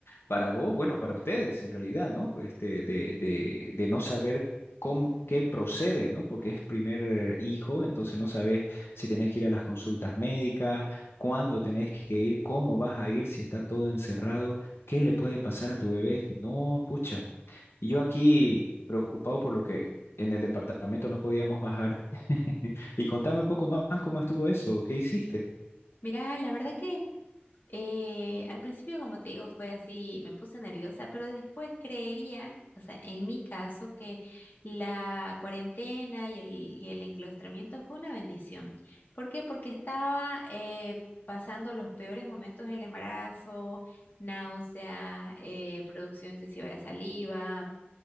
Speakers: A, on the left; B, on the left.
A: para vos, bueno, para ustedes en realidad, ¿no? Este, de, de, de no saber con qué procede, ¿no? Porque es primer eh, hijo, entonces no sabes si tenés que ir a las consultas médicas, cuándo tenés que ir, cómo vas a ir, si está todo encerrado, qué le puede pasar a tu bebé. No, pucha. Y yo aquí preocupado por lo que en el departamento no podíamos bajar. <laughs> Y contame un poco más cómo estuvo eso, ¿qué hiciste?
B: Mira, la verdad que eh, al principio, como te digo, fue así, me puse nerviosa, pero después creería, o sea, en mi caso, que la cuarentena y el, y el enclaustramiento fue una bendición. ¿Por qué? Porque estaba eh, pasando los peores momentos del embarazo, náuseas, eh, producción excesiva de saliva.